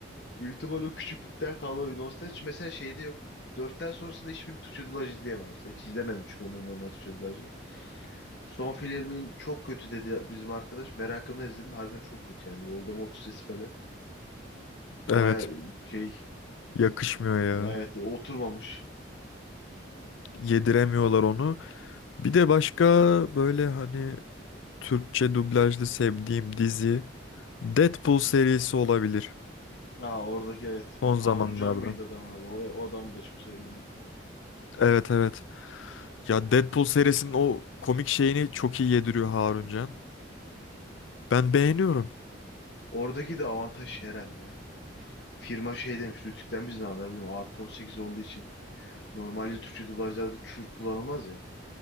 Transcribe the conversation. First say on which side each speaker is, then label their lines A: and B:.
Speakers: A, on the left (about 60°); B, on the left (about 80°).
A: Büyük ihtimal o küçüklükten kalan bir nostalji. Mesela şeyde yoktur. Dörtten sonrasında hiçbir Türkçe dublaj izleyemem mesela. Hiç izlemedim çünkü onların normal Türkçe dublajını. Son filmin çok kötü dedi bizim arkadaş. Merakımla izledim. Harbiden çok kötü yani. Voldemort sesi falan.
B: Evet,
A: Baya şey
B: yakışmıyor ya.
A: evet oturmamış.
B: Yediremiyorlar onu. Bir de başka böyle hani Türkçe dublajlı sevdiğim dizi Deadpool serisi olabilir
A: Ha oradaki evet.
B: son
A: Haruncan
B: zamanlardan.
A: mıydı adamın adı? O, o adamı da çok seviyorum ben.
B: Evet evet. Ya Deadpool serisinin o komik şeyini çok iyi yediriyor Harun Can. Ben beğeniyorum.
A: Oradaki de avantaj şey herhalde ya. Firma şey demiş. Rütük'ten biz ne haber bilmiyorum. Artı 18 olduğu için. Normalde Türkçe dublajlarda küfür kullanılmaz ya.